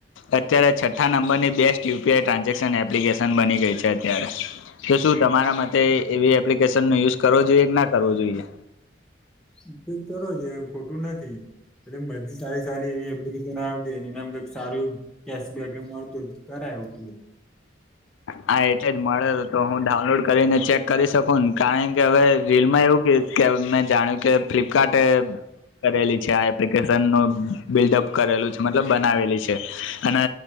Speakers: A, on the left; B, in the centre.
A: અત્યારે છઠ્ઠા નંબરની બેસ્ટ યુપીઆઈ ટ્રાન્ઝેક્શન એપ્લિકેશન બની ગઈ છે અત્યારે તો શું તમારા મતે એવી એપ્લિકેશન નો યુઝ કરવો જોઈએ કે ના કરવો જોઈએ
B: ઉપયોગ કરો છે ખોટું નથી બધી સારી સારી એવી એપ્લિકેશન આવતી એનેમ કઈક સારું કેશબેક મળતો હો કરાય એવું કેું
A: હા એટલે જ મળે તો હું ડાઉનલોડ કરીને ચેક કરી શકું ને કારણ કે હવે રીલ માં એવું ક કે મેં જાણ્યું કે ફ્લિપકાર્ટ એ કરેલી છે આ એપ્લિકેશન નું બિલ્ડઅપ કરેલું છે મતલબ બનાવેલી છે અને.